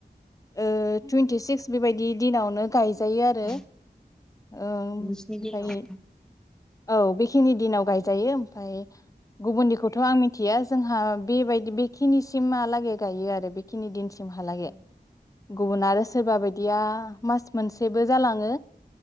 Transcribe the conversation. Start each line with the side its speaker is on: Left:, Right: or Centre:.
Left: ओ। टुइन्टि सिक्स बेबायदि दिनावनो गायजायो आरो
Centre: औ
Left: ओमफाय
Centre: नोंसिनि दिनाव
Left: औ बेखिनि दिनाव गायजायो ओमफाय गुबुननिखौथ आं मिथि खथिया जोंहा बेबायदि बेखिनिसिमहालागै गायो आरो बेखिनि दिनसिम। थमहालागै
Centre: औ
Left: गुबुन आरो सोरबा बायदिया। मास मोनसेबो जालाङो।